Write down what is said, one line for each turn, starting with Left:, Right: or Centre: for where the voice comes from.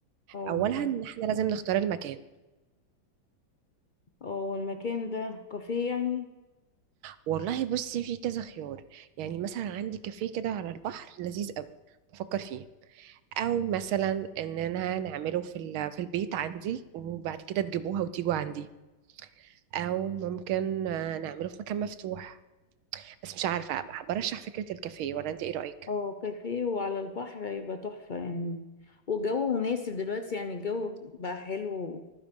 Left: اه
Right: اولها
Left: نعم.
Right: ان احنا لازم نختار المكان
Left: اه المكان ده كافيه يعني
Right: والله بصي في كذا خيار يعني مثلا عندي كافيه كده على البحر لذيذ قوي بفكر فيه او مثلا ان انا نعمله في ال- في البيت عندي وبعد كده تجيبوها وتيجوا عندي او ممكن آه، نعمله في مكان مفتوح بس مش عارفه برشح فكره الكافيه ولا انت ايه رايك
Left: اه كافيه وعلى البحر هيبقى تحفه يعني والجو مناسب دلوقتي يعني الجو بقى حلو